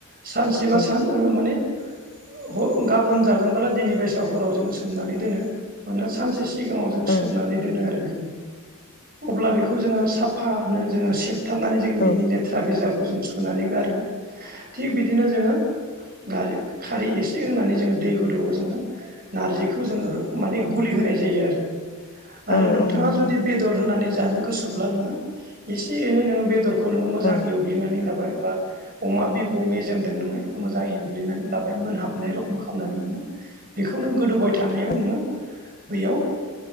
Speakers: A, on the right; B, on the left.
A: सानसे बा
B: औ
A: सान ओ माने ह गाबोन जागोनब्ला दिनै बाइसा हराव जोङो सोमनानै दोनो मानोना सानसे सिगांआव सोमनानै
B: औ
A: दोनो आरो बेखौ अब्ला बेखौ जोङो साफानो सेब थाबनानै जों बिनि
B: औ
A: लेथ्रा बिजाखौ जों सुनानै गारो थिग बिदिनो जोङो गारो खारै एसे होनानै जोङो दै गुदौआव जोङो नारजिखौ जोङो हो माने गुलि होनाय जायो आरो आरो
B: औ
A: नोंथांआ
B: औ नंगौ
A: जुदि
B: नोंथां
A: बेदर बेदर होनानै जानो गोसोब्ला नोङो एसे एनै नोङो बेदरखौ नोङो मोजां
B: औ
A: एवग्लिनानै लाबाय बाय बा अमा बिबु मेजेमदों नोङो मोजाङै एवग्लिनानै लाबाय मोनहाबनाय रखम खालामनानै नोङो बेखौ नों गोदौबाय थानायाव
B: औ
A: नोङो बैयाव